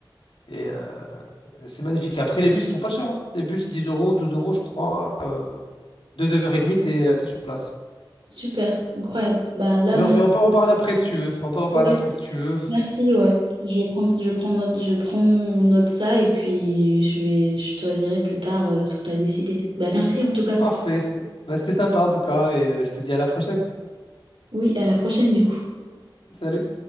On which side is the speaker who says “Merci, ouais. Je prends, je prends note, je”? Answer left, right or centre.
Right